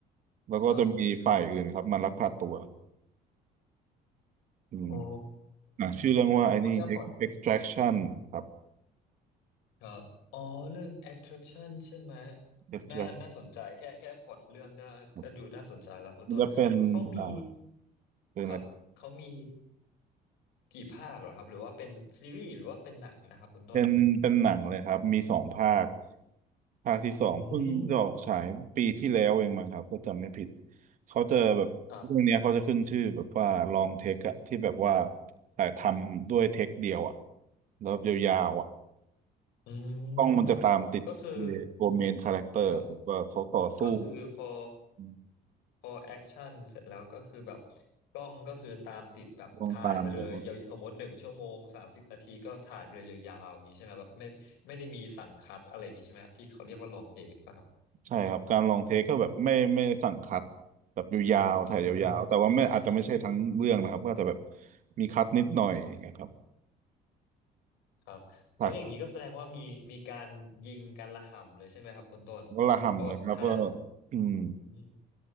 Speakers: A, on the right; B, on the left.
A: แล้วก็จะมีฝ่ายอื่นครับมาลักพาตัว
B: ครับ
A: อืม
B: อ๋อ
A: หนังชื่อเรื่องว่าไอ้นี่
B: โอ้แค่พล็อต
A: Ex- Extraction ครับ
B: ครับอ๋อเรื่อง attraction ใช่ไหม
A: Extraction
B: น่าน่าสนใจแค่แค่พล็อตเรื่องก็ก็ดูน่าสนใจแล้วคุณต้นเขามี
A: ครับมันจะเป็นอ่าเป็นอะไร
B: ครับเขามีกี่ภาคเหรอครับหรือว่าเป็นซีรีส์หรือว่าเป็นหนังนะครับคุณต้นอันนี้
A: เป็นเป็นหนังเลยครับมีสองภาคภาคที่สองเพิ่งจะออกฉายปีที่แล้วเองมั้งครับก็จำไม่ผิด
B: อืม
A: เขาจะแบบเรื่องเนี้ยเขาจะขึ้นชื่อแบบว่าลองเทคอะที่แบบว่า
B: ครับ
A: ถ่ายทำด้วยเทคเดียวอะแล้วแบบยาวๆอะ
B: อืม
A: กล้องมันจะตามติด
B: ก็คือ
A: ตัวเมนคาแรคเตอร์แบบว่าเขาต่อสู้
B: ครับก็คือพอ
A: อืม
B: พอแอคชั่นเสร็จแล้วก็คือแบบกล้องก็คือตามติดแบบถ่ายไปเลยยาวสมมติหนึ่งชั่วโมงสามสิบนาทีก็ถ่ายไปเลยยาวๆอย่างนี้ใช่ไหมแบบไม่ไม่ได้มีสั่งคัดอะไรอย่างนี้ใช่ไหมครับที่เขาเรียกว่าลองเทคครับ
A: ลองตามเลยครับใช่ครับการลองเทคก็แบบไม่ไม่สั่งคัดแบบยาวๆถ่ายยาวๆแต่ว่าไม่อาจจะไม่ใช่ทั้งเรื่องนะครับก็อาจจะแบบ
B: อืม
A: มีคัดนิดหน่อยนะครับ
B: ครับแล้วอย่างนี้ก็แสดงว่ามีมีการยิงการระห่ำเลยใช่ไหมครับคุณต้นเพราะแบบถ้า
A: ผักวะละหำเลยครับก็อืม
B: อืม